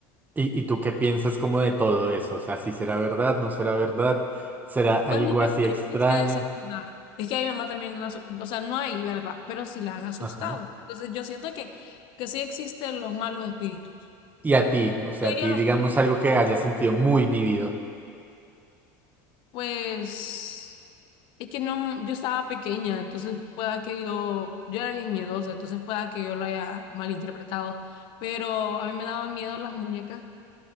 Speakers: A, on the right (about 20°); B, on the left (about 60°).
A: ¿Y, y tú qué piensas como de todo eso? O sea, si será verdad, no será verdad. ¿Será algo
B: Pues mira,
A: así
B: yo
A: extraño?
B: digo que sí ha de ser verdad. Es que a mi mamá también, no, asu- o sea, no hay verdad, pero sí las han asustado.
A: Ajá.
B: Entonces yo siento que, que sí existen los malos espíritus.
A: ¿Y a ti? O sea,
B: Yo diría
A: a ti
B: los,
A: digamos algo que hayas sentido muy vivido.
B: pues, es que no, yo estaba pequeña, entonces pueda que yo, yo era bien miedosa, entonces pueda que yo lo haya malinterpretado, pero a mí me daban miedo las muñecas,